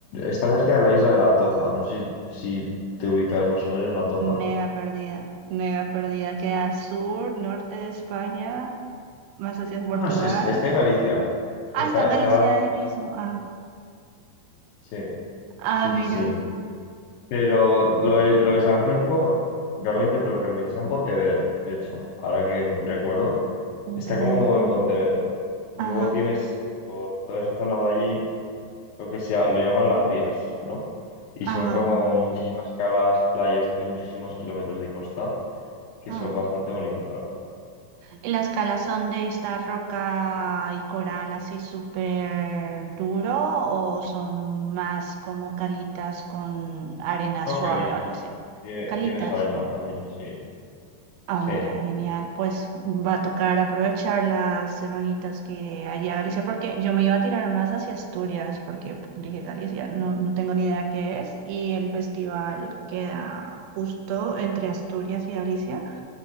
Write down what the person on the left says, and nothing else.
está cerca de la isla de La Toja, no sé si, si te ubicas más o menos La Toja.
Ah, no, es- es- está en Galicia.
Está,
está,
sí,
sí,
sí, sí. Pero lo de, lo de Sanjenjo realmente te lo recomiendo. Está en Pontevedra, de hecho, ahora que recuerdo.
Está como en Pontevedra. Y
luego tienes por toda esa zona de allí lo que sea, lo llaman las Rías, ¿no? Y
son como muchísimas calas, playas, tiene muchísimos kilómetros de costa, que
eso es bastante bonito, la verdad.
Son
calitas.
Tiene,
tienes arena también, sí.
Sí,